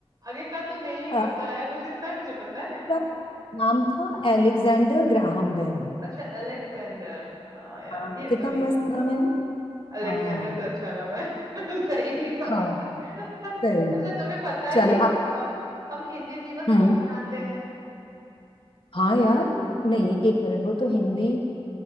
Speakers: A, on the right (about 35°); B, on the left (about 55°).
A: आगे का तो नहीं
B: हूँ।
A: पता
B: अ,
A: है बस इतना ही मुझे पता
B: उसका
A: है
B: नाम था एलेक्जेंडर ग्राहम बेल
A: अच्छा अलेक्जेंडर हाँ यार
B: हाँ
A: ये
B: कितना
A: तो नहीं
B: मस्त
A: पता
B: नाम है ना
A: अलेक्जेंडर
B: हाँ
A: तो अच्छा नाम है <laughs> सही बात
B: हाँ सही
A: अच्छा तुम्हें पता है
B: चलो
A: ये हम अ, हम हिंदी दिवस
B: आप
A: कब मनाते हैं
B: हाँ यार ये- नहीं एक मिनट वो तो हिंदी